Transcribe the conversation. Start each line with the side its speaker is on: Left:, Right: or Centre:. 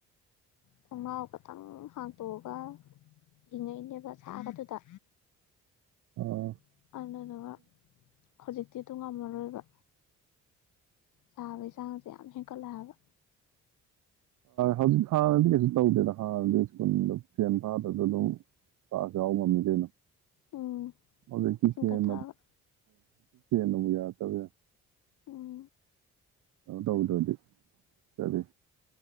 Left: ꯊꯣꯡꯅꯥꯥꯎ ꯈꯇꯪ ꯍꯥꯡꯇꯣꯛꯑꯒ ꯍꯤꯡꯉꯛꯏꯅꯦꯕ ꯁꯥꯕꯗꯨꯗ
Right: ꯑꯣ꯫
Left: <unintelligible> ꯍꯧꯖꯤꯛꯇꯤ ꯑꯗꯨ ꯉꯝꯃꯔꯣꯏꯕ ꯁꯥꯕꯒꯤꯁꯥꯡꯁꯦ ꯌꯥꯝ ꯍꯦꯟꯀꯠꯂ ꯍꯥꯏꯕ꯫
Right: ꯍꯧꯖꯤꯛ ꯍꯥꯟꯅꯗꯤ ꯀꯩꯁꯨ ꯇꯧꯗꯦꯗ ꯍꯥꯟꯅꯗꯤ ꯁ꯭ꯀꯨꯜꯗ ꯐꯦꯟ ꯐꯥꯗꯁꯨ ꯑꯗꯨꯝ ꯀ꯭ꯂꯥꯁ ꯌꯥꯎꯕ ꯉꯝꯃꯤ ꯗꯨꯅꯤ꯫
Left: ꯎꯝ
Right: ꯍꯧꯖꯤꯛꯇꯤ
Left: ꯆꯤꯡꯈꯠꯊꯑꯒ
Right: ꯐꯦꯟ ꯅ <unintelligible>
Left: ꯎꯝ
Right: ꯀꯩꯅꯣ ꯇꯧꯗ꯭ꯔꯗꯤ ꯀꯔꯤ